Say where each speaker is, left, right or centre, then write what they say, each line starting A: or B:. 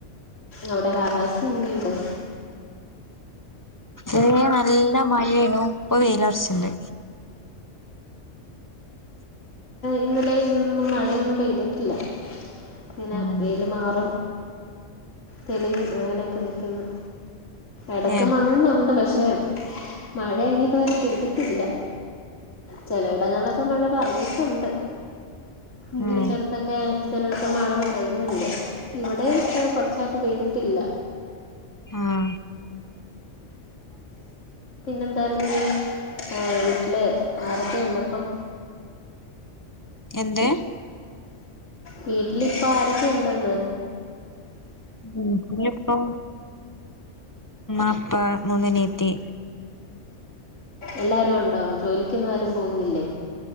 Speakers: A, on the left; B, on the left.
A: അവിടെ കാലാവസ്ഥ എങ്ങനെണ്ട്?
B: ഒതേ നല്ല മഴയായിരുന്നു, ഇപ്പൊ വെയിലുറച്ചട്ടുണ്ട്.
A: ഇന്നലേം ഇന്നും മഴയൊന്നും പെയ്തിട്ടില്ല, ഇങ്ങനെ
B: ഉം
A: വെയില് മാറും തെളിയും അങ്ങനെയൊക്കെ നൽക്കുന്നു. ഇടക്ക്
B: ഏഹ്
A: മങ്ങുന്നുണ്ട് പക്ഷെ, മഴ അങ്ങി ഇതുവരെ പെയ്തിട്ടില്ല. ചിലയിടങ്ങളിലൊക്കെ മഴ പറഞ്ഞിട്ടുണ്ട്.
B: ഉം
A: വിള്ളിച്ചിടത്തൊക്കെ ചിലയിടത്ത് മഴ പറയുന്നുണ്ട്, ഇവിടെ കുറച്ചായിട്ട ഒക്കെ ചെയെയ്തിട്ടില്ല
B: ആ...
A: പിന്നെ എന്തായിരുന്നു, വീട്ടില് ആരൊക്കെുണ്ട് അപ്പം?
B: എന്റെ
A: വീട്ടിലിപ്പ ആരൊക്കെ ഉണ്ടെന്ന്?
B: വീട്ടിലിപ്പോ അപ്പാ മൂന്ന് അനിയത്തി.
A: എല്ലാരും ഉണ്ടോ, ജോലിക്കൊന്നും ആരും പോകുന്നില്ലേ?